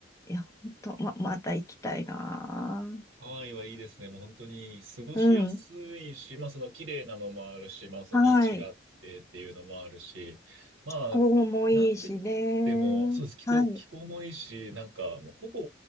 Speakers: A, on the left; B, on the right.
A: いや、本当、ま、また行きたいな。
B: ハワイはいいですね。もう本当に過ごしやすいし、
A: うん。
B: まあその綺麗なのもあるし、まあそのビーチがあってっていうのもあるし、
A: はい。
B: まあ、
A: 気候もいいしね。
B: なんと言っても、そうです。気候、
A: はい。
B: 気候もいいし、なんかもうほぼ、